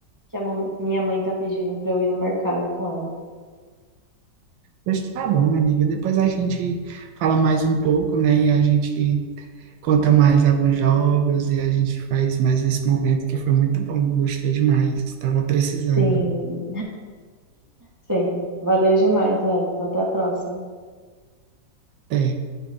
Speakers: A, on the right; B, on the right.
A: que a mam- minha mãe tá pedindo pra eu ir no mercado com ela.
B: Mas tá bom, minha amiga. Depois a gente fala mais um pouco, né? E a gente conta mais alguns jogos e a gente faz mais esse momento que foi muito bom. Gostei demais. Tava precisando.
A: Sim. Sim, valeu demais, velho. Então até a próxima.
B: Até.